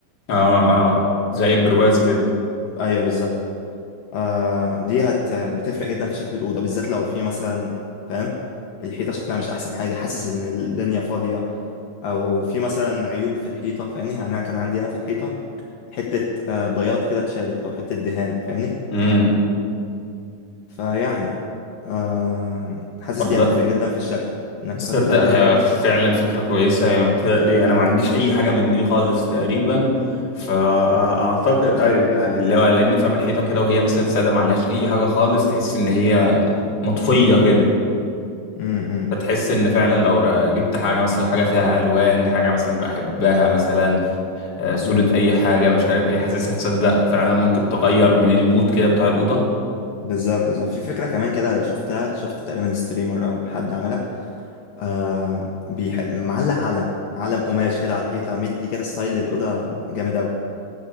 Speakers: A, on the left; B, on the left.
A: اه اه زي برواز كده
B: ايوه بالظبط آه دي هت بتفرق جدا في شكل الأوضة بالذات لو في مثلا فاهم الحيطة شكلها مش أحسن حاجة حاسس إن الدنيا فاضية او في مثلا عيوب في الحيطه فاهمني يعني انا كان عندي انا في الحيطه حته آه، بياض كده اتشالت او حته دهان فاهمني
A: امم
B: فيعني آه، حاسس
A: والله
B: دي هتفرق جدا في الشكل انك
A: تصدق
B: تحط تابلوات
A: هي
B: وكده
A: فعلا فكرة كويسة يعني بتهيألي انا ما عنديش اي حاجة من دي خالص تقريبا فاعتقد ايوه يعني اللي هو لان فاهم الحيطة كده وهي مثلا سادة ما عليهاش اي حاجة خالص تحس ان هي مطفية كده
B: امم
A: فتحس ان فعلا لو را- جبت حاجه مثلا حاجه فيها الوان حاجه مثلا بحبها مثلا آه، صوره
B: امم
A: اي حاجه مش عارف ايه حاسسها هتصدق فعلا ممكن تغير من المود كده بتاع الاوضه
B: بالظبط بالظبط. في فكره كمان كده شفتها شفت تقريبا ستريمر او حد عاملها آه بيح... معلق علم علم قماش كده على الحيطه مدي كده ستايل للاوضه جامد قوي